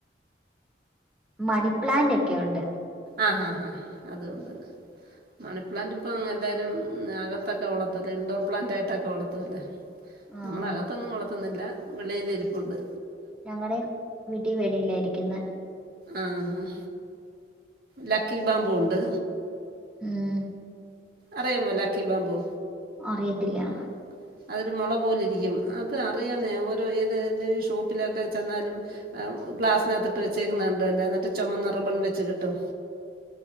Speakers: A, in the centre; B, on the right.
A: മണിപ്ലാൻ്റൊക്കെയൊണ്ട്
B: ആഹ് ആഹ് അതു ഒണ്ട് മണിപ്ലാന്റ് ഇപ്പ എല്ലാരും അകത്തൊക്കെ വളത്തുവല്ലേ ഇൻഡോർ പ്ലാന്റയിട്ടൊക്കെ വളത്തുവല്ലോ
A: ആഹ്
B: നമ്മളകത്തൊന്നും വളത്തുന്നില്ല വെളിയിലിരിപ്പൊണ്ട്
A: ഞങ്ങടേം വീട്ടി വെളിയിലായിരിക്കുന്നെ
B: ആഹ് ലക്കി ബാമ്പൂവൊണ്ട്
A: ഏഹ്
B: അറിയാമ്മോ ലക്കി ബാംബൂ
A: അറിയത്തില്ലാ
B: <unintelligible> അതൊരു മൊള പോലിരിക്കും അത് അറിയാന്നേ ഓരോ ഏത് ഈ ഷോപ്പിലൊക്കെ ചെന്നാലും ആഹ് ഗ്ലാസിനകത്തിട്ട് വെച്ചേക്കുന്ന കണ്ടല്ലേ എന്നിട്ട് ചുമന്ന റിബൺ വെച്ച് കെട്ടും